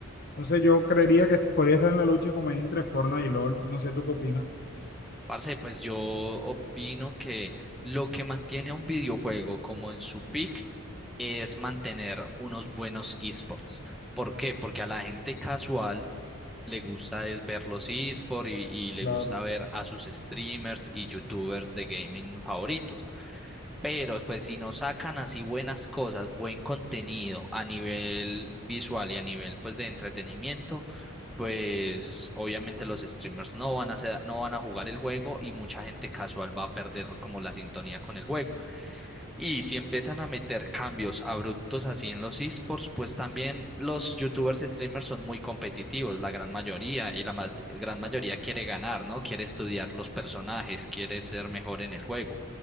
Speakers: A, on the left (about 45°); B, in the centre.
A: Entonces yo creería que podría estar en la lucha como ahí entre Fortnite y LOL. No sé, ¿tú qué opinas?
B: Parce, pues yo opino que lo que mantiene a un videojuego como en su peak es mantener unos buenos esports. ¿Por qué? Porque a la gente casual le gusta es ver los esports y, y le
A: Claro.
B: gusta ver a sus streamers y youtubers de gaming favoritos. Pero pues si no sacan así buenas cosas, buen contenido a nivel visual y a nivel pues de entretenimiento, pues obviamente los streamers no van a ser- no van a jugar el juego y mucha gente casual va a perder como la sintonía con el juego. Y si empiezan a meter cambios abruptos así en los esports, pues también los youtubers y streamers son muy competitivos, la gran mayoría, y la ma- gran mayoría quiere ganar, ¿no? Quiere estudiar los personajes, quiere ser mejor en el juego.